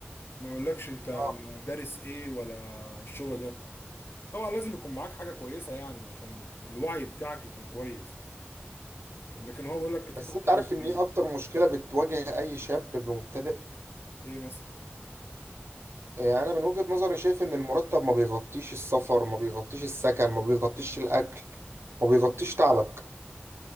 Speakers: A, on the left (about 60°); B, on the right (about 75°).
A: ما يقولكش انت
B: اه
A: دارس ايه ولا الشغل ده طبعا لازم يكون معاك حاجه كويسه يعني عشان الوعي بتاعك يكون كويس لكن هو بيقول لك انت
B: بس
A: بتعرف
B: انت
A: تعمل
B: عارف ان
A: ايه
B: ايه اكتر مشكلة بتواجه اي شاب مبتدئ
A: ايه مثلا
B: اه، انا من وجهة نظري شايف ان المرتب ما بيغطيش السفر ما بيغطيش السكن ما بيغطيش الاكل ما بيغطيش تعبك